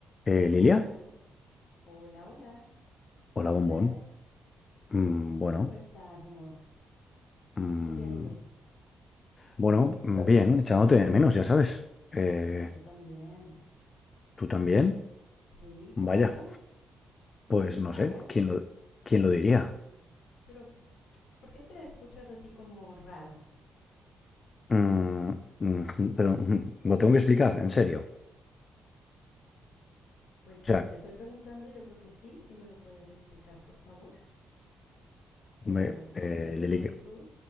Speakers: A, on the left; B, on the left.
A: Eh,
B: Hola,
A: Lilia,
B: hola, hola, hola, ¿cómo
A: hola bombón.
B: estás?
A: Mm, bueno,
B: ¿Cómo estás, amor?
A: mm,
B: ¿Cómo te ha ido?
A: bueno, mm, bien, echándote de menos, ya sabes. Eh,
B: Yo también.
A: ¿tú también?
B: Sí,
A: Vaya,
B: claro.
A: pues no
B: Vaya,
A: sé, ¿quién lo, quién lo diría?
B: pero ¿por qué te escuchas así como raro?
A: Mm, mm, <laughs> pero mm, lo tengo que explicar, en serio.
B: Pues
A: O
B: si
A: sea,
B: te estoy preguntando, yo creo que sí, sí me lo puedes explicar, por favor. O sea,
A: hombre,
B: no,
A: eh,
B: no entiendo
A: Lili,
B: tu actitud.